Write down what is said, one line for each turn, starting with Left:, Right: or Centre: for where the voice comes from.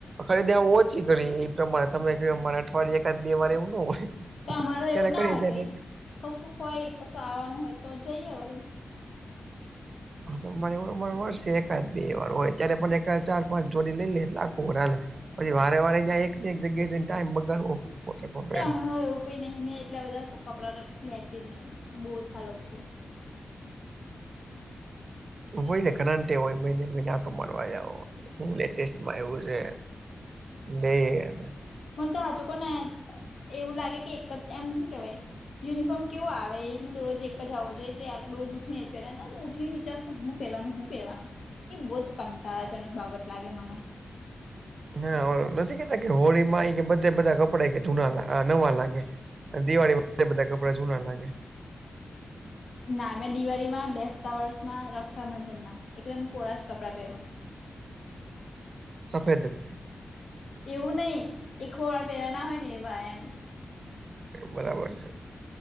Right: ખરીદી આ ઓછી કરી એ પ્રમાણે તમે કયો એમ અમારે અઠવાડયે એકાદ બે વાર એવું ન હોય.
Left: તો અમારુ
Right: ત્યારે
Left: એવું ના
Right: કરીએ
Left: હોય
Right: ત્યારે
Left: કઈ. કશુંક હોય કશું આવવાનું હોય તો જઈએ વળી
Right: હા મને મળશે એકાદ બે વાર હોય ત્યારે પણ એકાદ ચાર પાંચ જોડી લઈ લે એટલે આખું વર હાલે. પછી વારે વારે નયા એક ને એક જગ્યાએ જઈને ટાઈમ બગાડવો. ખોટે ખોટો
Left: તો
Right: એમ
Left: અમે હ એવું કઈ નહી મેં એટલા બધા કપડા લેતી જ નહી બહુ ઓછા લઉ છું.
Right: હોય ને ઘણા ને ટેવ હોય મહિને મહિને આટો મારવા જાવો હું લેટેસ્ટમાં આવ્યું છે. લે ને
Left: મને તો હાચુ કઉં ને એવું લાગે કે એક જ એમ હું કેવાય યુનિફોર્મ કેવો આવે એ રીતના દરોજ એક જ આવો જોઈએ તે આવે રોજ પેરવાનો ઉઠીને અ ઉઠીને વિચાર કે હું પહેરવાનું હું પહેરવાનું એ બહુ જ કંટાળાજનક બાબત લાગે મને.
Right: હા નથી કેતા કે હોળીમાં એ કે બધે બધા કપડા એ કે જૂના લાગે અ નવા લાગે. અને દિવાળી વખતે બધા કપડા જૂના લાગે.
Left: ના મેં દિવાળીમાં, બેસતા વર્ષમાં, રક્ષાબંધનમાં એકદમ કોરા જ કપડાં પહેરુ.
Right: સફેદ જ તે
Left: એવું નહી એકે ખો વાર પહેલા ના હોય ને એવા એમ.
Right: બરાબર છે.